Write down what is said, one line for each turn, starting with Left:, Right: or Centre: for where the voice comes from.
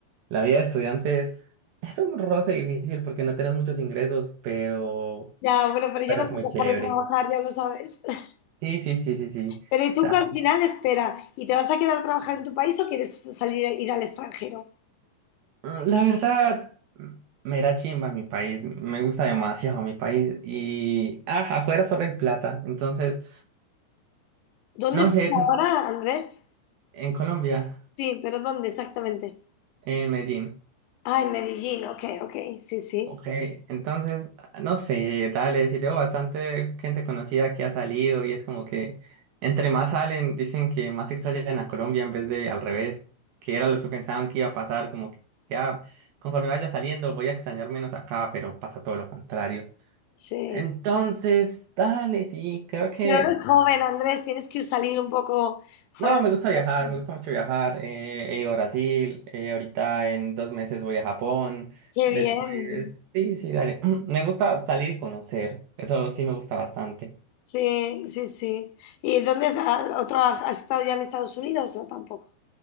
Right: La vida de estudiante es, es un roce difícil porque no tenés muchos ingresos, pero,
Left: Ya, bueno, pero yo
Right: pero
Left: no
Right: es
Left: puedo
Right: muy chévere.
Left: dejar de trabajar, ya lo sabes. <laughs>
Right: Sí, sí, sí, sí, sí.
Left: Pero ¿y tú
Right: Da-
Left: que al final espera? ¿Y te vas a quedar a trabajar en tu país o quieres salir a ir al extranjero?
Right: La verdad, me da chimba mi país. Me gusta demasiado mi país. Y ah, afuera solo hay plata. Entonces,
Left: ¿Dónde
Right: no
Left: estás
Right: sé, ten-
Left: ahora, Andrés?
Right: en Colombia,
Left: Sí, pero ¿dónde exactamente?
Right: en Medellín.
Left: Ah, en Medellín, ok, ok, sí, sí,
Right: Ok, entonces, no sé, dale, sí tengo bastante gente conocida que ha salido y es como que entre más salen, dicen que más extrañan a Colombia en vez de al revés, que era lo que pensaban que iba a pasar, como que ya, conforme vaya saliendo voy a extrañar menos acá, pero pasa todo lo contrario.
Left: sí.
Right: Entonces, dale, sí, creo que...
Left: Pero eres joven, Andrés, tienes que salir un poco fuera.
Right: No, me gusta viajar,
Left: <laughs>
Right: me gusta mucho viajar. eh, he ido a Brasil, eh, ahorita en dos meses voy a Japón,
Left: Qué
Right: después...
Left: bien,
Right: Sí, sí, dale. <clears throat> Me gusta salir y conocer, eso sí me gusta bastante.
Left: sí, sí, sí. ¿Y dónde has, a- otro, ah, has estado ya en Estados Unidos o tampoco?